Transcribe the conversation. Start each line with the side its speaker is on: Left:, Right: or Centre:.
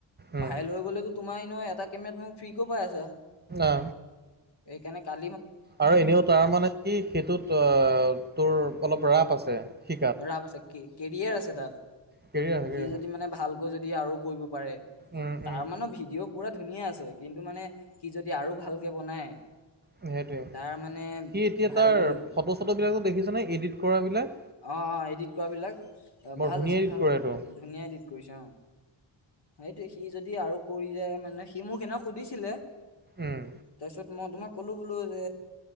Right: উম
Left: ভাইৰেল হৈ গ'লেতো তোমাৰ ন এটা কেমেৰা মোক ফ্ৰি গ পাই আছে
Right: অ
Left: এইকাৰণে কাট
Right: আৰু এনেও তাৰ মানে কি সেইটোত তোৰ অলপ ৰাপ আছে শিকাত
Left: ৰাপ আছে কেৰিয়াৰ আছে তাত
Right: কেৰিয়াৰ আছে কেৰিয়াৰ
Left: সি
Right: আছে
Left: যদি মানে ভালকৈ যদি আৰু কৰিব পাৰে
Right: উম
Left: তাৰ
Right: উম
Left: মানে ভিডিঅ' পুৰা ধুনীয়া আছে কিন্তু মানে সি যদি আৰু ভালকে বনাই
Right: সেইটয়ে
Left: তাৰ মানে
Right: সি এতিয়া
Left: ভাইৰেল
Right: তাৰ
Left: হৈ যাব
Right: ফটো চটো বিলাকো দেখিছানে এডিট কৰা বিলাক
Left: অঁ অ এডিট কৰাবিলাক ভাল
Right: ধুনীয়া
Left: আছে
Right: এডিট
Left: ভাল
Right: কৰেতো
Left: ধুনীয়া এডিট কৰিছে অঁ সেইটো সি যদি আৰু কৰি যায় মানে সি মোক সেইদিনা সুধিছিলে
Right: উম
Left: তাৰপিছত মই তোমাক ক'লোঁ বোলো যে